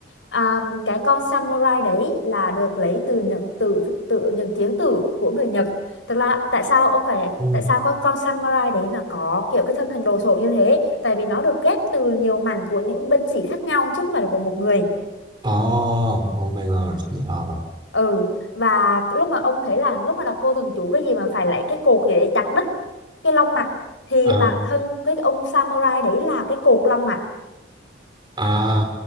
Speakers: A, on the left; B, on the right.
A: À, cái con samurai đấy là được lấy từ những từ tự những tiếng từ của người Nhật. thực ra tại sao ông phải
B: ừ.
A: tại sao con con samurai đấy nó có kiểu cái thân hình đồ sộ như thế? Tại vì nó được ghép từ nhiều mảnh của những binh sĩ khác nhau chứ không phải là của một người.
B: oh, oh my god Ờ.
A: Ừ và lúc mà ông thấy là lúc mà đọc cô thần chú cái gì mà phải lấy cái cột gì để chặt đứt cái long mạch thì
B: à,
A: bản thân cái ông samurai đấy là cái cột long mạch.
B: à.